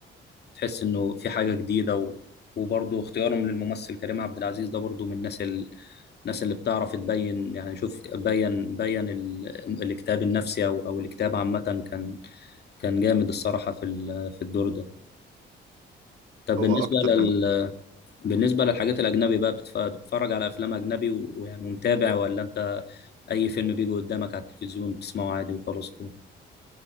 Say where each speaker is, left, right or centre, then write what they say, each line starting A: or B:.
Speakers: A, on the left; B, on the right.
A: تحس انه في حاجه جديده و... وبرضه اختيارهم للممثل كريم عبد العزيز ده برضه من الناس ال... الناس اللي بتعرف تبين يعني شوف بين بين ال... الاكتئاب النفسي او او الاكتئاب عامه كان كان جامد الصراحه في ال... في الدور ده طب
B: هو
A: بالنسبه
B: اكتر
A: لل...
B: من
A: بالنسبه للحاجات الاجنبي بقى بتف... بتتفرج على افلام اجنبي و... ويعني ومتابع ولا انت اي فيلم بيجي قدامك على التلفزيون بتسمعه عادي وخلاص كده